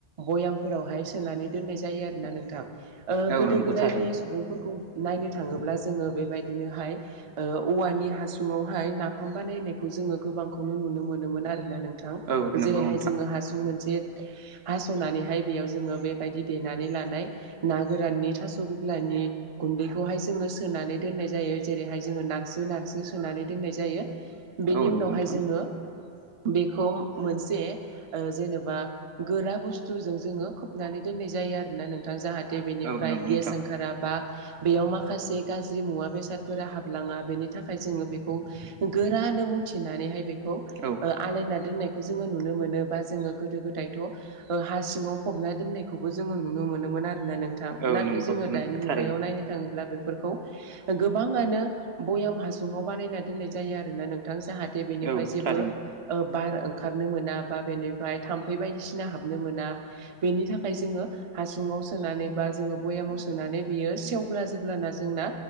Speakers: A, on the right (about 40°); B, on the right (about 75°).
A: बयामफोरावहाय सोनानानै दोननाय जायो आरोना नोंथां
B: औ
A: गोदो
B: नंगौ
A: गोदायनि
B: थारैनो
A: सुबुंफोरखौ नायनो थाङोब्ला जोङो बेबायदिनोहाय औवानि हासु ङावहाय नाफाम बानायनायखौ जोङो गोबांखौनो नुनो मोनोमोन आरोना नों थां
B: औ नंगौ
A: जेरैह
B: नोंथां
A: जोङो हासुं मोनसे हासनानैहाय बेयाव जोङो बेबायदि देनानै लानाय ना गोराननि थास' गुफ्लानि गुन्दैखौहाय जोङो सोनानै दोननाय जायो जेरैहाय जोङो नारसो नारसो सोनानै दोननाय जायो। बेनि
B: औ नंगौ
A: उनावहाय
B: नोंथां
A: जोङो बेखौ मोनसे ओ जेनेबा गोरा बुस्थुजों जोङो खोबनानै दोननाय जा यो आरोना नोंथां जाहाथे बेनिफ्राय
B: औ नंगौ
A: गेस
B: नोंथां
A: ओंखारा बा बेयाव माखासे गाज्रि मुवा बेसादफोरा हाबलाङा बेनि थाखाय जोङो बेखौ गोरा मुथिनानैहाय बेखौ
B: औ
A: आलायना दोननायखौ जोङो नुनो मोनो बा जोङो गोदो-गोदाय था हा सिङाव फबना दोननायखौबो जोङो नुनो मोनोमोन आरो ना नोंथां
B: औ
A: नाथाय
B: नंगौ
A: जोङो दानि मुगायाव
B: थारैनो
A: नायनो थाङोब्ला बे फोरखौ गोबाङानो भयाम हासुङाव बानायना दोननाय जायो आरोना नोंथां जाहा बेनिफ्राय
B: औ
A: जेबो
B: थारैनो
A: ओ बार ओंखारनो मोना बा बेनिफ्राय थाम्फै बायदिसिना हाबनो मोना बेनि थाखाय जोङो हासुङाव सोनानै बा जोङो बयामाव सोनानै बियो सेवब्ला जेब्लाना जोंना